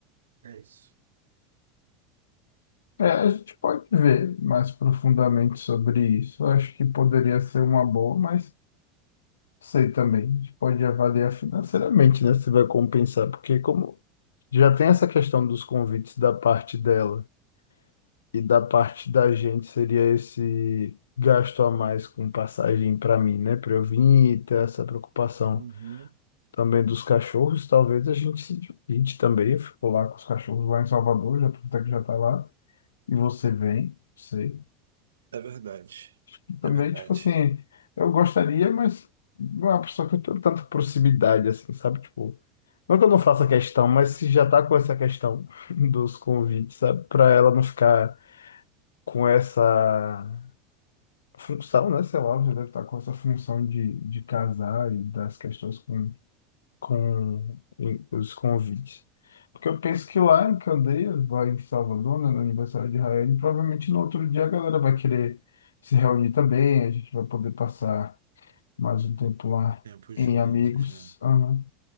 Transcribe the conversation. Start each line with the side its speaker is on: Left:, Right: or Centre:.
Right: É isso.
Left: É, a gente pode ver mais profundamente sobre isso. Eu acho que poderia ser uma boa, mas sei também. A gente pode avaliar financeiramente, né? Se vai compensar, porque como já tem essa questão dos convites da parte dela e da parte da gente, seria esse gasto a mais com passagem para mim, né? Para eu vir e ter essa preocupação.
Right: Uhum.
Left: também dos cachorros, talvez a gente se divide também. Ficou lá com os cachorros lá em Salvador, já até que já tá lá, e você vem, sei.
Right: É verdade.
Left: E também,
Right: É verdade.
Left: tipo assim, eu gostaria, mas não é uma pessoa que eu tenho tanta proximidade, assim, sabe? Tipo, não que eu não faça questão, mas se já tá com essa questão <laughs> dos convites, sabe? Pra ela não ficar com essa função, né? Sei lá, já deve estar com essa função de, de casar e das questões com com em- os convites. Porque eu penso que lá em Candeias, lá em Salvador, né, no aniversário de Rael, provavelmente no outro dia a galera vai querer se reunir também, a gente vai poder passar mais um tempo lá
Right: Tempo juntos,
Left: em amigos.
Right: né?
Left: Aham.